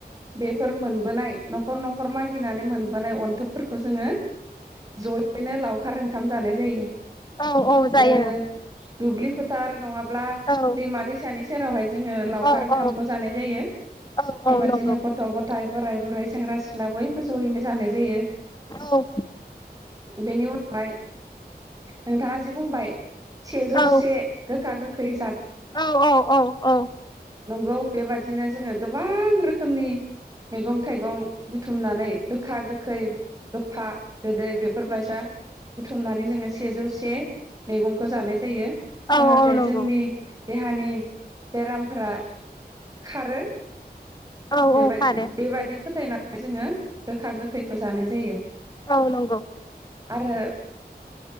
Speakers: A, on the right; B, on the left.
A: बेफोर मोनबोनाय नखर नखर मागि गिनानै मोनबोनाय अन्थोबफोरखौ जोङो जयैनो लावखार ओंखाम जानाय जायो
B: औ औ जायो
A: ए
B: नंगौ
A: दुब्लि फो थार नङा ब्ला
B: औ
A: दैमा दैसानि सेरावहाय जोङो लावखार
B: औ
A: ओंखामखौ
B: औ
A: जानाय जायो
B: औ
A: बेबादिनो
B: औ नंगौ
A: गथ' गथाय बोराय बुरै सेंग्रा सिख्ला बय जयैनो जानाय जायो
B: औ
A: बेनि उनावहाय नोंथाङा जि बुंबाय सेजौ
B: औ
A: से गोखा गोख खै
B: औ औ औ औ
A: नंगौ बेबादिनो जोङो गोबां रोखोमनि मैगं थाइगं बुथुमनानै गोखा गोखै गोफा गोदै बेफोर बायसा बुथुमनानै जोङो सेजौ से मैगंखौ जानाय जायो जाहाथे
B: औ नंगौ
A: जोंनि देहानि बेरामफोरा खारो
B: औ
A: बेबा-बेबादि
B: औ खारो
A: फोथायना जोङो गोखा गोखैखौ जानाय जायो
B: औ नंगौ
A: आरो